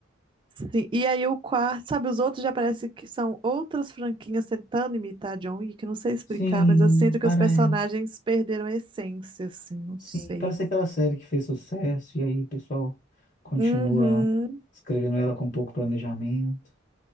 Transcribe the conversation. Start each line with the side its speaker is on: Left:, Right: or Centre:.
Right: Sim, e aí o quarto, sabe, os outros já parece que são outras franquinhas tentando imitar John Wick, não sei explicar,
Left: Sim,
Right: mas eu sinto que
Left: parece.
Right: os personagens perderam a essência, assim, não
Left: Sim,
Right: sei.
Left: parece aquela série que fez sucesso e aí o pessoal continua
Right: Uhum,
Left: escrevendo ela com pouco planejamento,